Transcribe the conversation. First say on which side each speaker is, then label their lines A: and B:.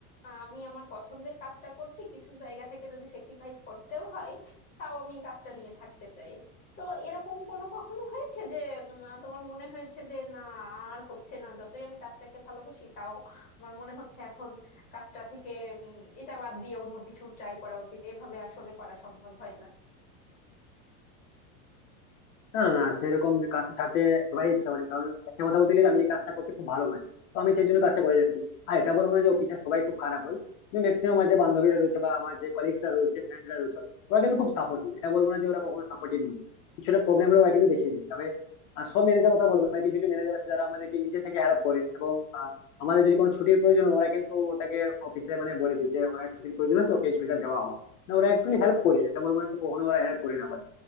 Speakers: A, on the left; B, on the left.
A: আমি আমার পছন্দের কাজটা করছি কিছু জায়গা থেকে যদি স্যাক্রিফাইস করতেও হয় তাও আমি কাজটা নিয়ে থাকতে চাই তো এরকম কোনো কখনো হয়েছে যে উম, আহ, তোমার মনে হয়েছে যে না আর হচ্ছে না যতই আমি কাজটাকে ভালোবাসি তাও আমার মনে হচ্ছে এখন কাজটা থেকে উম, এটা বাদ দিয়ে অন্য কিছু ট্রাই করা উচিত এভাবে আসলে করা সম্ভব হয় না
B: না না না, সেরকম যে কাজটা ছাড়তে একেবারেই ইচ্ছা হয়নি কারণ একটা কথা বলতে গেলে আমি এই কাজটা করতে খুব ভালোবাসি তো আমি সেই জন্য কাজটা করে যাচ্ছি আর এটা বলবো না যে অফিসে সবাই খুব খারাপ হয় কিন্তু ম্যাক্সিমাম আমার যে বান্ধবীরা রয়েছে বা আমার যে কলিগসরা রয়েছে ফ্রেন্ডরা রয়েছে ওরা কিন্তু খুব সাপোর্টিভ এটা বলবো না যে ওরা কখনো সাপোর্টিভ নয় কিছুটা প্রবলেম হলে ওরা কিন্তু দেখিয়ে দেয় তবে আহ, সব ম্যানেজার কথা বলবো না কিছু কিছু ম্যানেজার আছে যারা আমাদেরকে নিজে থেকে হেল্প করে এবং আহ, আমাদের যদি কোনো ছুটির প্রয়োজন হয়, ওরা কিন্তু ওটাকে অফিসে মানে বলে দেয় যে ওনার ছুটির প্রয়োজন আছে ওকে এই ছুটিটা দেওয়া হোক না ওরা একটু হেল্প করে এটা বলবো না যে কখনো ওরা হেল্প করে না